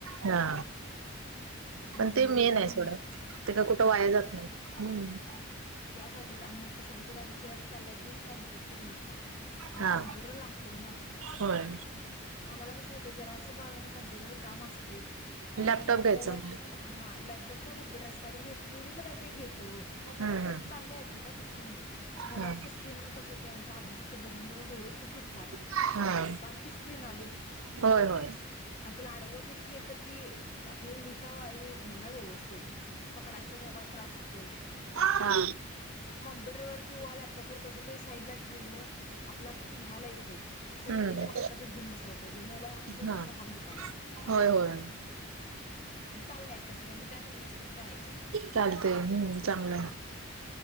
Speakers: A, on the right (about 80°); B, on the left (about 35°).
A: हा,
B: आणि
A: पण ते
B: आता
A: मेनाय
B: मग
A: सोडा. ते काय कुठं? वाया जात नाही. हम.
B: त्यासाठीच आणि आता सध्याचेला विषय असा चाललाय की, कॉम्प्युटर घ्यायचा. कारण
A: हा
B: कॉम्प्युटर लागतोय ना.
A: होय.
B: आम्हाला कसं होतंय, जरा असं का होईना कॉम्प्युटरवर काम असतंयच. आणि
A: लॅपटॉप घ्यायचा
B: मोबाईलची
A: मग
B: हां, लॅपटप का कम्प्युटर, आस काहीतरी घ्यायचा. दोन्हीतल काही तरी एक घ्यायचं ओ.
A: हम्म
B: असं चाललंय. अजून काय फिक्स नाहीये. मोबाईलचे
A: हम्म
B: स्क्रीनवर कसं होतंय, आमचं. अभ्यासाचं बघून - बघून डोळे खूप दुखतात.
A: हा. हा
B: बारकी स्क्रीन आली.
A: होय होय.
B: अन् तीला आडवं जरी केल, तर ती आपल्याला लिहिता वा हे येत नाही ना व्यवस्थित. पकडायचा मोबाईल त्रास होतोय.
A: हा.
B: कॉम्प्युटरवर किंवा लॅपटॉपवर कसं, ते साईडला ठेवलं आपला पण लिहायला येतंय. असं
A: हम्म
B: नाही की, त्याला हातातच घेउन बसायला पाहिजे. मोबाईल हातात धरून-
A: हा
B: धरून हात दूकायलाय.
A: होय, होय.
B: मग चालय आता सध्या. मग त्यात इन्व्हेस्टमेंट करायचीय.
A: चालतय. हम्, चांगलं.